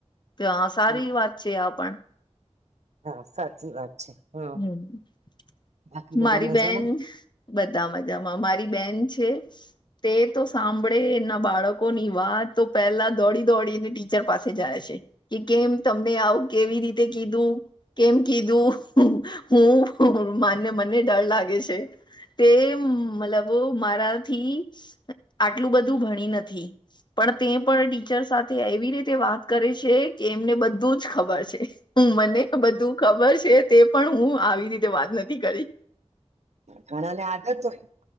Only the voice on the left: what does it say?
તો સારી
વાત છે આ પણ
હમ
મારી
બેન બધા મજામાં મારી બેન છે તે તો સાંભળે એના બાળકો ની વાત તો પહેલા દોડી દોડીને ટીચર પાસે જાય છે કે કેમ તમને આવું કેવી રીતે કીધું કેમ કીધું હું મને ડર લાગે છે તે મતલબ મારાથી આટલું બધું ભણી નથી પણ તે પણ ટીચર સાથે એવી રીતે વાત કરે છે કે એમને બધું જ ખબર છે હ મને બધું ખબર છે તે પણ હું આવી રીતે વાત નથી કરી